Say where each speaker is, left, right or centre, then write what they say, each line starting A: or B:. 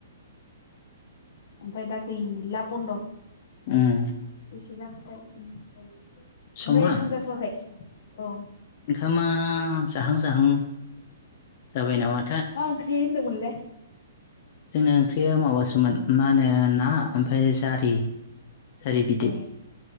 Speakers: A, on the left; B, on the left.
A: उ आफ ए इलाफद'
B: उम
A: बेसे जाखाथाय ओमफ्राय
B: समा
A: ओंखाम जाथ'वाखै औ
B: ओंखामा जाहां जाहां जाबाय नामा
A: आ गेन्दमोनल
B: जोंना ओंख्रिया माबासोमोन मा होनो ना ओमफ्राय जारि जारि बिदै
A: ए